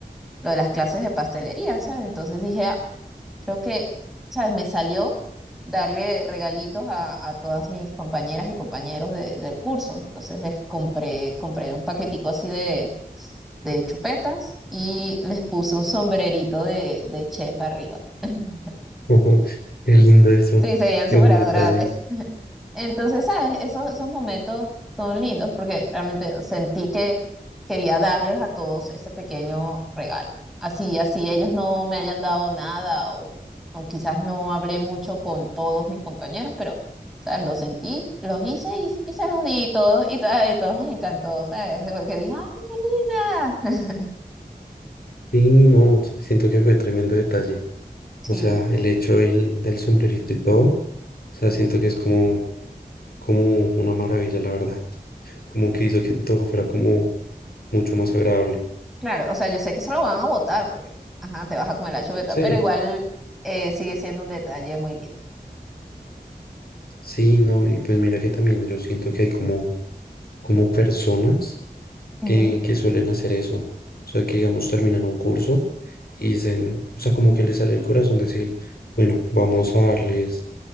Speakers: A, in the centre; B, on the left.
A: lo de las clases de pastelería, ¿sabes? Entonces dije, Creo que, ¿sabes? Me salió darle regalitos a, a todas mis compañeras y compañeros de- del curso. Entonces les compré, compré un paquetico así de, de chupetas y les puse un sombrerito de, de chef arriba. <laughs>
B: Ujú, Qué lindo eso,
A: Sí, serían
B: qué
A: súper
B: buen
A: adorables.
B: detalle.
A: <laughs> Entonces, ¿sabes? Esos, esos momentos son lindos porque realmente sentí que quería darles a todos ese pequeño regalo. Así, así ellos no me hayan dado nada o, o quizás no hablé mucho con todos mis compañeros, pero, ¿sabes? Los sentí, los hice y, y se los di y todos, y, a todos les encantó, ¿sabes? Porque dije, ¡ay, qué linda! <laughs>
B: Sí, no, siento que fue tremendo detalle.
A: Sí.
B: O sea, el hecho del, del sombrerito y todo, o sea, siento que es como, como una maravilla, la verdad. como que hizo que todo fuera como mucho más agradable.
A: Claro, o sea, yo sé que eso lo van a votar porque, ajá, te vas a comer la chuleta,
B: Sí,
A: pero igual eh, sigue siendo un detalle muy lindo.
B: sí, no, y pues mira que también yo siento que hay como, como personas. que,
A: Ujú,
B: que suelen hacer eso. O sea, que digamos, terminan un curso y dicen, o sea, como que les sale el corazón decir, bueno, vamos a darles